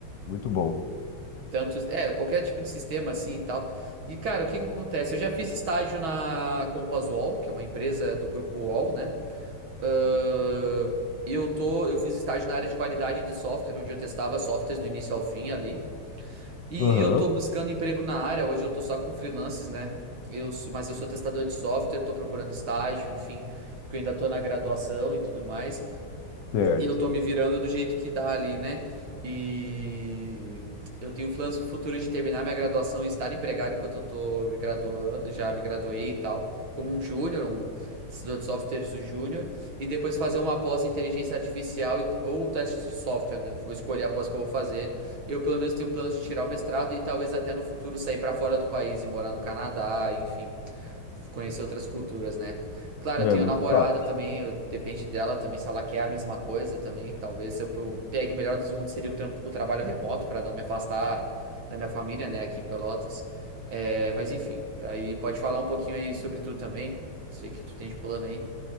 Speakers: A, on the left; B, on the right.
A: Muito bom.
B: Tanto, é, qualquer tipo de sistema assim e tal. E, cara, o que que acontece? Eu já fiz estágio na Compass UOL, que é uma empresa do grupo UOL, né? Ahn, E eu tô, eu fiz estágio na área de qualidade de software, onde eu testava softwares do início ao fim ali. E
A: Aham,
B: eu tô buscando emprego na área, hoje eu tô só com freelances, né? Eu, sou- mas eu sou testador de software, tô procurando estágio, enfim, porque eu ainda tô na graduação e tudo mais.
A: certo.
B: E eu tô me virando do jeito que dá ali, né? E eu tenho planos futuros de terminar minha graduação e estar empregado enquanto eu tô me graduando, já me graduei e tal, como um júnior, um testador de softwares do júnior, e depois fazer uma pós em inteligência artificial e- ou testes de software, né? Vou escolher a pós que eu vou fazer. Eu pelo menos tenho planos de tirar o mestrado e talvez até no futuro sair pra fora do país e morar no Canadá, enfim conhecer outras culturas, né? Claro, eu
A: É,
B: tenho
A: muito
B: namorada
A: top.
B: também, eu- depende dela também, se ela quer a mesma coisa também. Talvez eu pe- pegue o melhor dos mundos seria o, tram- o trabalho remoto para não me afastar da minha família, né, aqui em Pelotas. É, mas enfim, aí pode falar um pouquinho aí sobre tu também. Sei que tu tem de plano aí.